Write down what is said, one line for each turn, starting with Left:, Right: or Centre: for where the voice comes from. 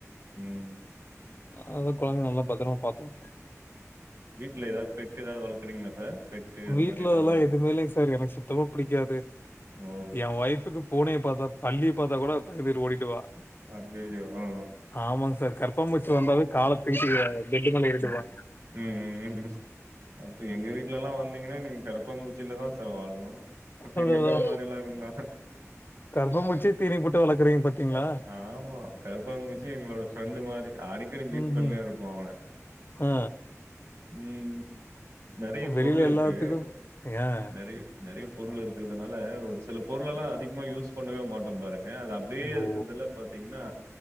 Right: ம்
Left: அதா கொழந்தைய நல்லா பத்தரமா பாத்துக்கணு
Right: வீட்ல ஏதாது பெட் ஏதாது வளக்குறீங்களா சார் பெட்டு அது
Left: வீட்ல
Right: மாரி ஏதாவது
Left: அதெல்லா
Right: வளக்
Left: எதுவுமே இல்லங்க சார் எனக்கு சுத்தமா பிடிக்காது
Right: ஓ
Left: ஏ ஒய்ஃப்க்கு பூனைய பாத்தா பல்லிய பாத்தா கூட பயந்துட்டு ஓடிடுவா
Right: அய்யய்யோ ஆ
Left: ஆமாங்க சார் கரப்பா பூச்சி வந்தாவே கால தூக்கிட்டு பெட் மேல ஏறிடுவா
Right: ம் ம் ம் அப்ப எங்க வீட்லல்லா வந்தீங்கன்னா நீங்க கரப்பாபூச்சில தா சார் வாழணு
Left: அதுதா.
Right: எங்க வீடு மாரி எல்லா இருந்தா
Left: கரப்பான்பூச்சி தீனி போட்டு வளர்க்குறீங்க பார்த்தீங்களா?
Right: ஆமா கரப்பாபூச்சி எங்களோட ஃப்ரெண்டு மாரி அடிக்கடி மீட்
Left: ம்ஹ்ம்.
Right: பண்ணிணே இருப்போ அவன
Left: ஆ
Right: ம் ம் நறைய
Left: வெளியில
Right: பொருள் இருக்கு
Left: எல்லாத்துக்கும் ஏன்?
Right: நறை நறைய பொருள் இருக்கறதுனால ஒரு சில பொருளெல்லா அதிகமா யூஸ் பண்ணவே மாட்டோ பாருங்க அத அப்டியே இருக்கறதுல
Left: ஓ!
Right: பாத்தீங்கன்னா